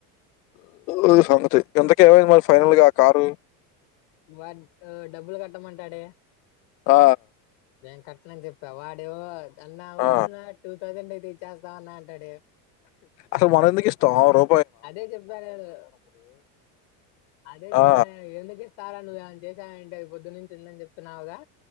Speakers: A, on the left; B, on the left.
A: ఇది సంగతి ఇంతకేమయింది మరి ఫైనల్గా కారు.
B: వా ఉహ్ డబ్బులు కట్టమంటాడే
A: ఆ
B: నేను కట్టననిజెప్పా వాడూ అన్న వద్దన్న
A: ఆ
B: టూ థౌజండ్ అయితెచ్చేస్తాం అన్నా అంటాడు.
A: అసలు మనమెందికిస్తం రో
B: అదే చెప్పా నేను. అదే చెప్పా
A: ఆ
B: నేను ఎందుకు ఇస్తారా నువె చేశామేంట అవి పొద్దునుంచుందని చెప్తున్నావుగా